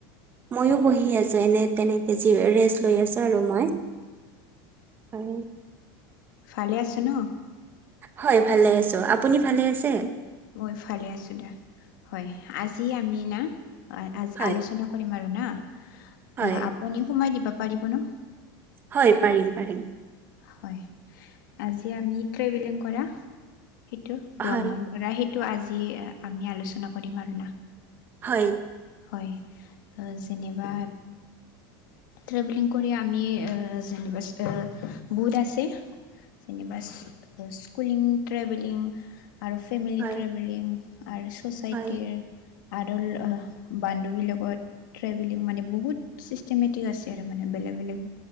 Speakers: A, on the right; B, on the left.
A: মইও বহি আছো, এনে তেনে যি ৰেচ লৈ আছো আৰু মই, হয়।
B: ভালে আছে ন?
A: হয় ভালে আছোঁ, আপুনি ভালে আছে?
B: মই ভালে আছো দা, হয়, আজি আমি না
A: হয়
B: আলোচনা কৰিম আৰু না,
A: হয়
B: অ' আপুনি সময় দিব পাৰিব ন?
A: হয়, পাৰিম, পাৰিম।
B: হয়, আজি আমি ট্ৰেভেলিং কৰা, সেইটো ভ্ৰমণ
A: হয়
B: কৰা সেই টো আজি আমি আলোচনা কৰিম আৰু না।
A: হয়।
B: হয়, যেনিবা ট্ৰেভেলিং কৰি আমি যেনিবা, বুট আছে। যেনিবা স্কুলিং ট্ৰেভেলিং। আৰু ফেমিলি
A: হয়
B: ট্ৰেভেলিং, আৰু চচাইটিৰ।
A: হয়
B: আদল বান্ধৱী লগত, ট্ৰেভেলিং মানে বহুত চিষ্টেমে আছে আৰু মানে, বেলেগ বেলেগ